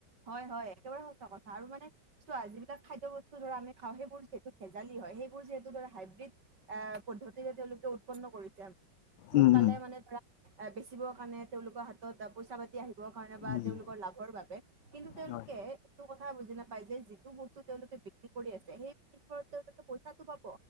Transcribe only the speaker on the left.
উম, উম,
উম,
হয়,